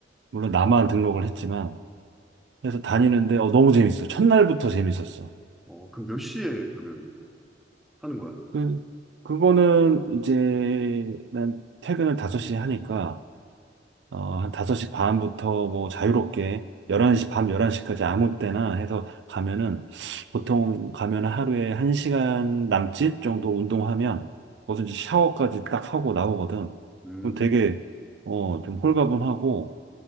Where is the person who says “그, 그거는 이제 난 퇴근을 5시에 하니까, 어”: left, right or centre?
Right